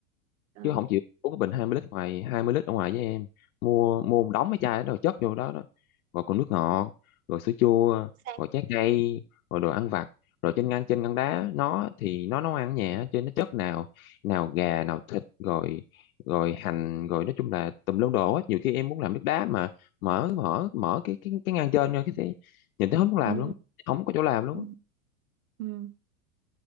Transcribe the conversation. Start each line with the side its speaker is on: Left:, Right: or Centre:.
Right: Rồi.
Left: chứ không chịu uống cái bình hai mươi lít ngoài 20 lít ở ngoài với em mua mua một đống mấy chai đó rồi chất vô đó đó rồi còn nước ngọt rồi sữa chua
Right: Sang.
Left: rồi trái cây rồi đồ ăn vặt rồi trên ngăn trên ngăn đá nó thì nó nấu ăn ở nhà trên nó chất nào nào gà nào thịt rồi rồi hành rồi nói chung là tùm lum đồ hết nhiều khi em muốn làm nước đá mà mở mở mở cái cái cái ngăn trên rồi cái thấy nhìn thấy không muốn làm
Right: ừ.
Left: luôn không có chỗ làm luôn
Right: Ừ.
Left: á.
Right: Ừ.